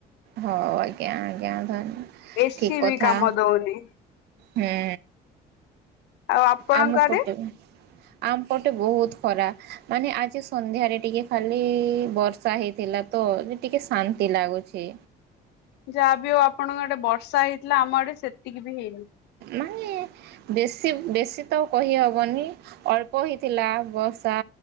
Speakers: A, on the right (about 75°); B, on the left (about 85°).
A: ହଉ ଆଜ୍ଞା ଆଜ୍ଞା ଧନ୍ୟ
B: ଏସିି
A: ଠିକ କଥା
B: ବି କାମ ଦଉନି।
A: ହୁଁ।
B: ଆଉ ଆପଣଙ୍କ
A: ଆମ
B: ଆଡେ
A: ପଟେ ଭା ଆମ ପଟେ ବହୁତ ଖରା। ମାନେ ଆଜି ସନ୍ଧ୍ୟାରେ ଟିକେ ଖାଲି ବର୍ଷା ହେଇଥିଲା ତ ଯେ ଟିକେ ଶାନ୍ତି ଲାଗୁଛି।
B: ଯାହାବି ଆଉ ଆପଣଙ୍କ ଆଡ଼େ ବର୍ଷା ହେଇଥିଲା ଆମ ଆଡ଼େ ସେତିକି ବି ହେଇନି।
A: ମାନେ ବେଶୀ ବେଶୀ ତ କହିହବନି ଅଳ୍ପ ହେଇଥିଲା ବର୍ଷା।